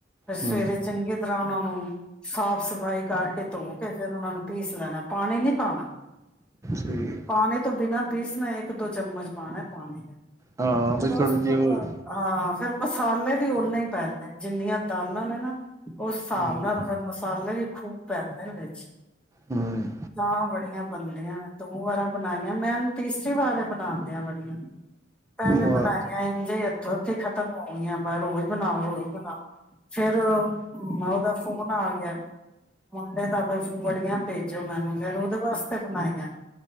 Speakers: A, in the centre; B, on the right.
A: ਫੇਰ ਸਵੇਰੇ
B: ਹਮ,
A: ਚੰਗੀ ਤਰ੍ਹਾਂ ਉਹਨਾਂ ਨੂੰ ਸਾਫ ਸਫਾਈ ਕਰਕੇ ਧੋ ਕੇ ਫਿਰ ਉਹਨਾ ਨੂੰ ਪੀਸ ਲੈਣਾ ਪਾਣੀ ਨੀ ਪਾਉਣਾ,
B: ਠੀਕ
A: ਪਾਣੀ ਬਿਨਾ ਪੀਸ ਨਾ ਇੱਕ-ਦੋ ਚਮਚ ਪਾਣਾ ਪਾਣੀ
B: ਹਾਂ
A: ਫਿਰ
B: ਵੀ
A: ਉਸ
B: ਥੋੜੀ ਜਿਹੀ
A: ਤੋਂ
B: ਉਹ
A: ਬਾਅਦ ਹਾਂ ਫੇਰ ਮਸਾਲੇ ਵੀ ਓਨੇ ਹੀ ਪੈਂਦੇ ਨੇ ਜਿੰਨੀਆਂ ਦਾਨਾਂ ਨੇ ਨਾ ਉਸ ਹਿਸਾਬ
B: ਹਮ,
A: ਨਾਲ ਫਿਰ ਮਸਾਲੇ ਵੀ ਖੂਬ ਪੈਂਦੇ ਨੇ ਵਿੱਚ,
B: ਹਮ,
A: ਤਾਂ ਵੜੀਆਂ ਬਣਦੀਆਂ ਨੇ ਦੋ ਵਾਰਾਂ ਬੜਾਈਆਂ, ਮੈ ਹੁਣ ਤੀਸਰੀ ਵਾਰ ਬਣਾਦੇ ਹਾ ਵੜੀਆਂ ਪਹਿਲੇ
B: ਵਾਹ
A: ਬਣਾਈਆਂ ਇੰਝ ਇੱਥੋਂ-ਉੱਥੇ ਖਤਮ ਹੋ ਗਈਆਂ ਰੋਜ਼ ਬਣਾਓ ਰੋਜ ਬਣੳ, ਫਿਰ ਉਹਦਾ ਫੋਨ ਆ ਗਿਆ ਮੁੰਢੇ ਤਾਂ ਵੜੀਆ ਭੇਜੋ ਮੈਨੂੰ, ਫੇਿਰ ਉਹਦੇ ਵਾਸਤੇ ਬਣਾਈਆਂ।